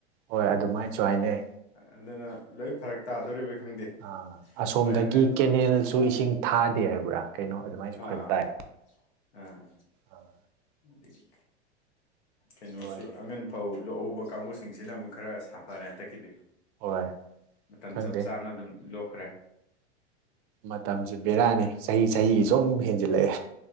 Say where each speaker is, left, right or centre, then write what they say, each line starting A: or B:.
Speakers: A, on the right (about 50°); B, on the left (about 80°).
A: ꯍꯣꯏ ꯑꯗꯨꯃꯥꯏꯅꯁꯨ ꯍꯥꯏꯅꯩ
B: ꯑꯗꯨꯅ ꯂꯣꯏ ꯐꯔꯛ ꯇꯥꯗꯣꯔꯤꯕ ꯈꯪꯗꯦ
A: ꯑ ꯑꯁꯣꯝꯗꯒꯤ
B: ꯃꯣꯏ ꯑꯉꯟꯕ
A: ꯀꯦꯅꯦꯜꯁꯨ ꯏꯁꯤꯡ ꯊꯥꯗꯦ ꯍꯥꯏꯕ꯭ꯔꯥ ꯀꯩꯅꯣ ꯑꯗꯨꯃꯥꯏꯁꯨ
B: ꯑꯥ
A: ꯈꯔ ꯇꯥꯏ
B: ꯑꯥ
A: ꯑꯥ
B: ꯑꯗꯒꯤ ꯀꯩꯅꯣꯁꯨ
A: ꯍꯣꯏ
B: ꯑꯉꯟ ꯐꯧ ꯂꯣꯛꯎꯕ ꯀꯥꯡꯕꯨꯁꯤꯡꯁꯤꯅ ꯑꯃꯨꯛ ꯈꯔ ꯁꯥꯐꯔꯦ ꯍꯟꯗꯛꯀꯤꯗꯤ
A: ꯍꯣꯏ
B: ꯃꯇꯝ
A: ꯈꯪꯗꯦ
B: ꯆꯞ ꯆꯥꯅ ꯑꯗꯨꯝ ꯂꯣꯛꯈ꯭ꯔꯦ
A: ꯃꯇꯝꯁ ꯕꯦꯔꯥꯅꯤ ꯆꯍꯤ ꯆꯍꯤꯒꯤ ꯁꯨꯝ ꯍꯦꯟꯖꯤꯜꯂꯛꯑꯦ